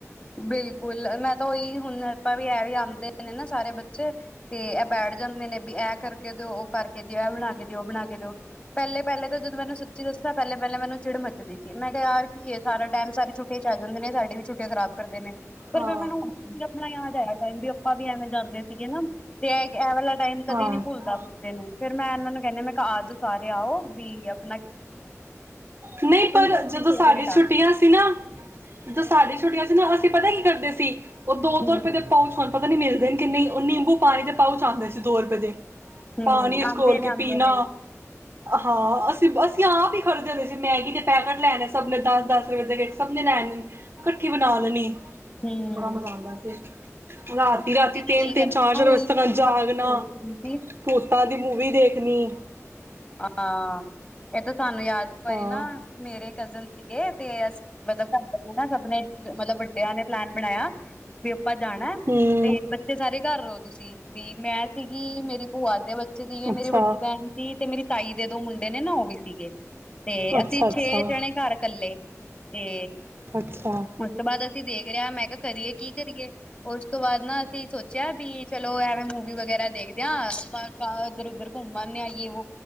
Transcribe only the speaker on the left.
ਬਿਲਕੁਲ ਮੈਂ ਤਾਂ ਉਹੀ ਹੁਣ ਆਪਾਂ ਵੀ ਇਹ ਵੀ ਆਉਂਦੇ ਨੇ ਨਾ ਸਾਰੇ ਬੱਚੇ ਤੇ ਇਹ ਬੈਠ ਜਾਂਦੇ ਨੇ ਬੀ ਇਹ ਕਰਕੇ ਦਿਓ ਉਹ ਕਰਕੇ ਦਿਓ ਇਹ ਬਣਾ ਕੇ ਦਿਓ ਬਣਾ ਕੇ ਦਿਓ ਪਹਿਲੇ ਪਹਿਲੇ ਤਾਂ ਜਦੋਂ ਮੈਨੂੰ ਸੱਚੀ ਦੱਸਿਆ ਪਹਿਲੇ ਪਹਿਲੇ ਮੈਨੂੰ ਚਿੜ ਮੱਚਦੀ ਸੀ ਮੈਂ ਕਿਹਾ ਯਾਰ ਕੀ ਐ ਸਾਰਾ ਟਾਈਮ ਸਾਰੀ ਛੁੱਟਟੀ ਚ ਆ ਜਾਂਦੇ ਨੇ ਸਾਡੀ ਵੀ ਛੁੱਟੀਆਂ ਖਰਾਬ। ਕਰਦੇ ਨੇ। ਪਰ
ਫਿਰ ਮੈਨੂੰ ਆਪਣਾ ਯਾਦ ਟਾਈਮ ਵੀ ਆਪਾਂ ਵੀ ਐਵੇਂ ਜਾਂਦੇ ਸੀਗੇ ਨਾ ਤੇ ਐ ਵਾਲਾ ਟਾਈਮ ਕਦੇ
ਨੀ ਭੁੱਲਦਾ ਬੰਦੇ ਨੂੰ ਫੇਰ ਮੈਂ ਇਹਨਾਂ ਨੂੰ ਕਹਨਿ ਮੈਂ ਕਿਹਾ ਆਜੋ ਸਾਰੇ ਆਓ। ਵੀ ਅਪ
ਸਭ
ਦੀ ਫੇਵਰੇਟ
ਆ
ਹੂੰ
ਹੂੰ
ਆਉਂਦੇ
ਨੇ
ਆਉਂਦੇ ਨੇ
ਹੂੰ।
ਇਹੀ
ਕਰ
ਹੁਣ
ਸੋਚ
ਰਹੀ ਸੀ।
ਹਾਂ ਇਹ ਤ ਸਾਨੂੰ ਯਾਦ ਵਾਰੀ
ਨਾ ਮੇਰੇ ਕਜ਼ਨ ਸੀਗੇ। ਤੇ ਅਸੀ ਮਤਲਬ ਘਰ ਸੀ ਨਾ ਸਭਨੇ ਮਤਲਬ ਵੱਡਿਆਂ ਨੇ ਪਲੈਨ ਬਣਾਇਆ ਵੀ ਆਪਾਂ ਜਾਣਾ
ਤੇ ਬੱਚੇ ਸਾਰੇ ਘਰ ਰੋ ਤੁਸੀਂ ਵੀ ਮੈਂ ਸੀਗੀ ਮੇਰੀ ਭੂਆ ਦੇ ਬੇਚ ਐ ਸੀਗੇ
ਮੇਰੀ ਵੱਡੀ ਭੈਣ ਤੇ ਮੇਰੀ ਤਾਈ ਦੇ ਦੋ ਮੁੰਡੇ। ਨੇ ਨਾ ਉਹ ਵੀ ਸੀਗੇ ਤੇ
ਅਸੀਂ
ਛੇ ਜਣੇ ਘਰ ਕੱਲੇ ਤੇ
ਉਸ ਤੋਂ ਬਾਅਦ ਅਸੀਂ ਦੇਖ ਰਿਹਾ ਮੈਂ ਕਰੀਏ ਕੀ ਕਰੀਏ। ਉਸ ਤੋਂ ਬਾਅਦ ਨਾ ਅਸੀਂ ਸੋਚਿਆ ਵੀ ਚਲੋ ਐਵੇਂ ਮੂਵੀ ਵਗੈਰਾ ਦੇਖਦੇ ਹਾਂ ਆਪਾਂ ਉੱਧਰ-ਉੱਧਰ ਘੁੰਮ ਆਦੇ ਹਾਂ। ਵੋ